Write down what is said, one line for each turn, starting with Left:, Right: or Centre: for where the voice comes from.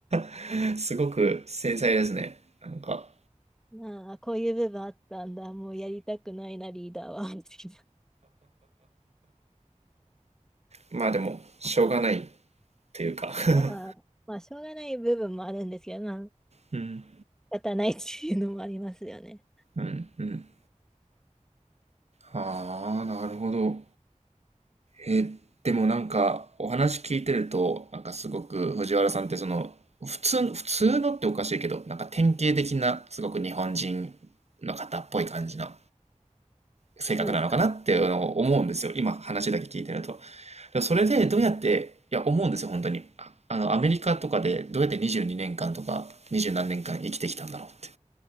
Right: <laughs> すごく繊細ですね。なんか、
Centre: まあ、こういう部分あったんだ、もうやりたくないな、リーダーは。みたいな
Right: まあでも、しょうがないっていうか <laughs>
Centre: まあ、まあ、しょうがない部分もあるんですけど、まあ
Right: うん。
Centre: 立たないっていうのもありますよね。
Right: うん。うん。ああ、なるほど。えー、でもなんか、お話聞いてると、なんかすごく藤原さんってその、普通の、普通のっておかしいけど、なんか典型的な、すごく日本人の方っぽい感じの性格なのかなっていうのを思うんですよ。
Centre: そうですか。
Right: 今話だけ聞いてると。でもそれでどうやって、いや、思うんですよ、本当に。ああの、アメリカとかでどうやって22年間とか20何年間生きてきたんだろうって。